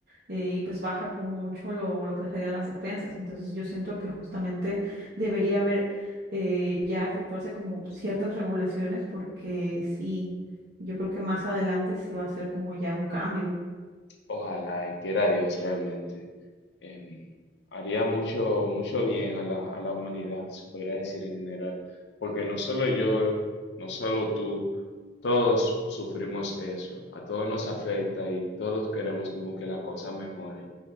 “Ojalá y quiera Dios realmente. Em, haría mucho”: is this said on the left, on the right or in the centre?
Left